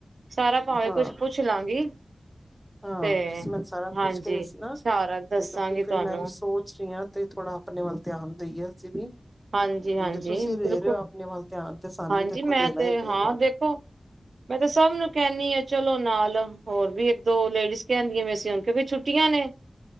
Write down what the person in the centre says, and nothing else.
ਹਾਂ
ਹਾਂ।
ਤੁਸੀਂ ਮੈਨੂੰ ਸਾਰਾ
ਪੁੱਛ ਕੇ ਦੱਸਣਾ
ਤੇ ਕਿਉਂਕਿ
ਫਿਰ ਮੈਂ ਵੀ ਸੋਚ ਰਹੀ ਆਂ। ਤੇ ਥੋੜਾ ਆਪਣੇ ਵੱਲ ਧਿਆਨ ਦੇਈਏ ਅਸੀਂ ਵੀ
ਹੁਣ ਜੇ ਤੁਸੀਂ ਰਹਿ
ਰਹੇ ਹੋ ਆਪਣੇ ਵੱਲ ਧਿਆਨ। ਤੇ ਸਾਨੂੰ
ਵੀ ਦੇਖੋ
ਦੇਣਾ
ਹੀ ਪਏਗਾ।